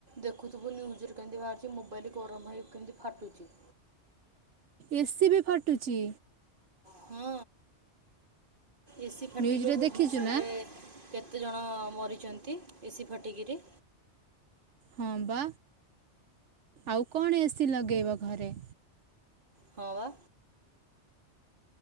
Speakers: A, on the right; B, on the right.
A: ଦେଖୁଥିବୁ ନ୍ୟୁଜ୍ ରେ କେମିତି ବାହାରୁିଛି ମୋବାଇଲ ଗରମ ହେଇ କେମିତି ଫାଟୁଛି।
B: ଏସ୍ ସି ବି ଫାଟୁଛି।
A: ହଁ। ଏସିି ଫାଟିଗ୍
B: ନ୍ୟୁଜରେ
A: ପା ଭୁବନେଶ୍ୱରରେ
B: ଦେଖିଛୁ ନା?
A: କେତେଜଣ ମରିଛନ୍ତି ଏସିି ଫାଟିକିରି।
B: ହଁ ବା ଆଉ କଣ ଏସି ଲଗେଇବ ଘରେ
A: ହଁ ବା।